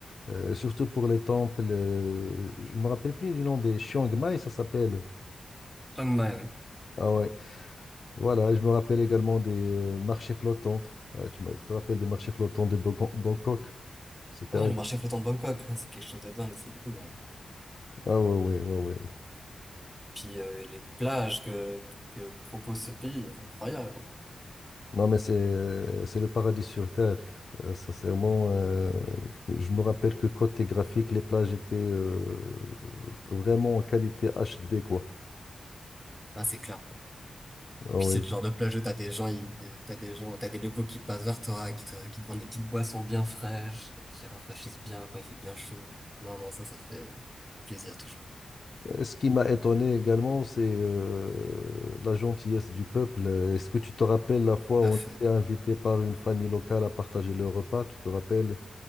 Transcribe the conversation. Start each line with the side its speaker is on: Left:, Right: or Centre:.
Left: euh, surtout pour les temples. euh, je me rappelle plus du nom des Chiang Mai, ça s'appelle.
Centre: Chiang Mai, oui.
Left: Ah ouais. Voilà, je me rappelle également des euh, marchés flottants. Euh, tu, m'as- tu te rappelles des marchés flottants de Bangkok? Bangkok C'était
Centre: Ouais,
Left: ag-
Centre: le marché flottant de Bangkok, hein, c'est quelque chose de dingue, c'est cool. hein.
Left: Ah ouais, ouais, ouais, ouais.
Centre: Et puis euh, les plages que, que propose ce pays, incroyable.
Left: Non, mais c'est c'est le paradis sur Terre. Euh, sincèrement, euh, je me rappelle que côté graphique, les plages étaient euh, vraiment en qualité HD, quoi.
Centre: Ah, c'est clair.
Left: Ah
Centre: Et puis
Left: ouais.
Centre: c'est le genre de plage où t'as des gens, ils- t'as des gens, t'as des locaux qui passent vers toi, qui te, qui te vendent des petites boissons bien fraîches, euh, qui rafraîchissent bien quand il fait bien chaud. Non, non, ça, ça fait plaisir toujours.
Left: Et Ce qui m'a étonné également, c'est euh, la gentillesse du peuple. Euh, Est-ce que tu te rappelles la fois
Centre: Tout
Left: où
Centre: à fait.
Left: on était invité par une famille locale à partager le repas, tu te rappelles?